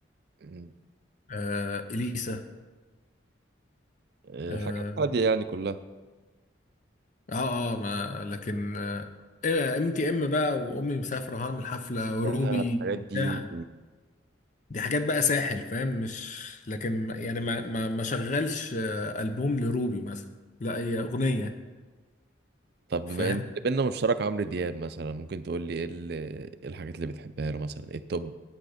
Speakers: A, on the right (about 55°); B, on the left (about 40°).
A: امم
B: آه اليسا
A: آه،
B: اه
A: حاجات هادية يعني كلها
B: اه, آه ما لكن ام تي ام بقى وامي مسافره وهعمل حفله وروبي
A: يا الحاجات
B: بتاع
A: دي
B: دي حاجات بقى ساحل فاهم مش لكن يعني ما ما ما شغلش آه، البوم لروبي مثلا لا هي اغنيه
A: طب
B: فاهم
A: بما ان اللي بينا مشترك عمرو دياب مثلا ممكن تقول لي ايه ال- إيه الحاجات اللي بتحبها له مثلا ايه التوب